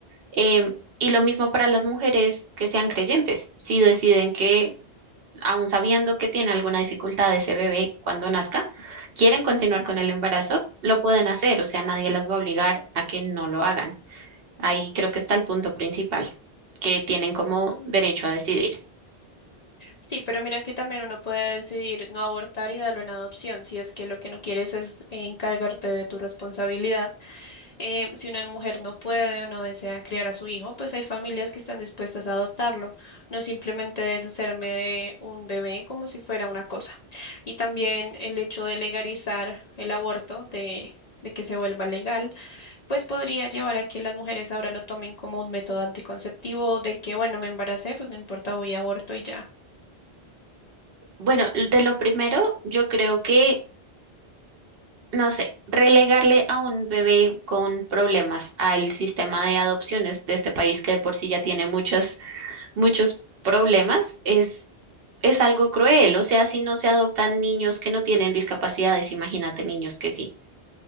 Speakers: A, on the right; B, on the left.
A: Em, y lo mismo para las mujeres que sean creyentes, si deciden que, aun sabiendo que tiene alguna dificultad ese bebé cuando nazca, quieren continuar con el embarazo, lo pueden hacer, o sea, nadie las va a obligar a que no lo hagan. Ahí creo que está el punto principal, que tienen como derecho a decidir.
B: Sí, pero mira que también uno puede decidir no abortar y darlo en adopción si es que lo que no quieres es eh, encargarte de tu responsabilidad Eh, si una mujer no puede o no desea criar a su hijo, pues hay familias que están dispuestas a adoptarlo, no simplemente deshacerme de un bebé como si fuera una cosa. Y también el hecho de legalizar el aborto, de, de que se vuelva legal, pues podría llevar a que las mujeres ahora lo tomen como un método anticonceptivo, de que, bueno, me embaracé, pues no importa, voy a aborto y ya.
A: Bueno, de lo primero, yo creo que no sé, relegarle a un bebé con problemas al sistema de adopciones de este país que de por sí ya tiene muchos, muchos problemas, es, es algo cruel. O sea, si no se adoptan niños que no tienen discapacidades, imagínate niños que sí.